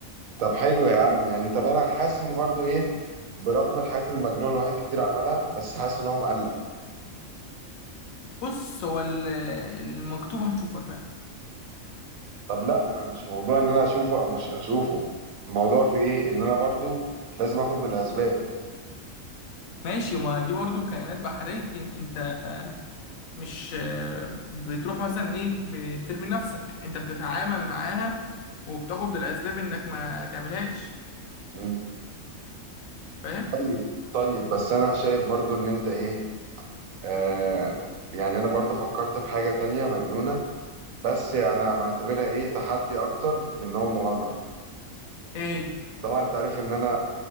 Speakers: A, on the right; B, on the left.
A: طب حلو يا عم يعني طب انا حاسس ان برضو ايه برغم الحاجات المجنونة اللي الواحد كتير عملها بس حاسس ان هو مقلق
B: بص هو ال- المكتوب هتشوفه رفاعي
A: طب لا ما مش موضوع ان انا اشوفه او مش هشوفه الموضوع في ايه ان انا برضو لازم اخد بالاسباب
B: ماشي ما دي برضو كائنات بحرية انت آه، مش آه، بتروح مثلا ايه بترمي نفسك انت بتتعامل معاها وبتاخد بالاسباب انك ما تعملهاش
A: امم
B: فاهم
A: طيب طيب بس انا شايف برضو ان انت ايه آه يعني انا برضه فكرت في حاجة تانية مجنونة بس انا بعتبرها ايه تحدي اكتر من ان هو مغامرة
B: ايه هي
A: طبعا انت عارف ان انا